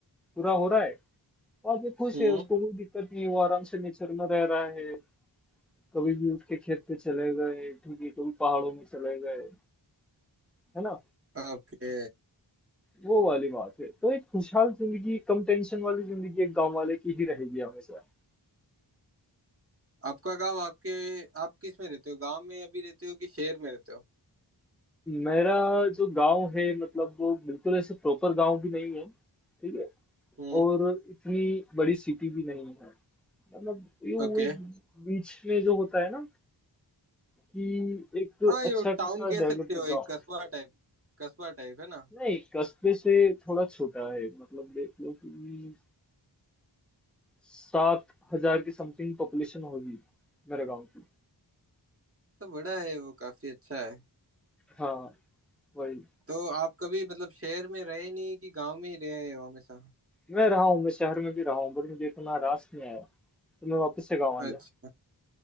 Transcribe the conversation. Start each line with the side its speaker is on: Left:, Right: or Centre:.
Centre: पूरा हो रहा है वो आदमी खुश
Right: हम्म
Centre: है उसको कोई दिक्कत नहीं है वो आराम से नेचर में रह रहा है कभी भी उठ के खेत पे चले गए ठीक है कभी पहाड़ों में चले गए है ना
Right: ओके
Centre: वो वाली बात है तो एक खुशहाल जिंदगी कम टेंशन वाली जिंदगी एक गांव वाले की ही रहेगी हमेशा
Right: आपका गांव आपके आप किस में रहते हो गांव में अभी रहते हो कि शहर में रहते हो
Centre: मेरा जो गांव है मतलब वो बिल्कुल ऐसे प्रॉपर गांव भी नहीं है ठीक है
Right: हम्म।
Centre: और इतनी बड़ी सिटी भी नहीं है मतलब ये वो
Right: ओके
Centre: एक बीच में जो होता है ना कि एक
Right: हाँ ये
Centre: अच्छा
Right: टाउन
Centre: खासा
Right: कह सकते
Centre: डेवलप्ड
Right: हो एक
Centre: गांव
Right: कस्बा टाइप कस्बा टाइप है ना
Centre: नहीं कस्बे से थोड़ा छोटा है मतलब देख लो कि सात हजार की समथिंग पॉपुलेशन होगी मेरे गांव की
Right: तो बड़ा है वो काफी अच्छा है
Centre: हाँ वही
Right: तो आप कभी मतलब शहर में रहे नहीं कि गांव में ही रहे हो हमेशा
Centre: मैं रहा हूँ मैं शहर में भी रहा हूँ बट मुझे इतना रास नहीं आया तो मैं वापस से गाँव आ गया
Right: अच्छा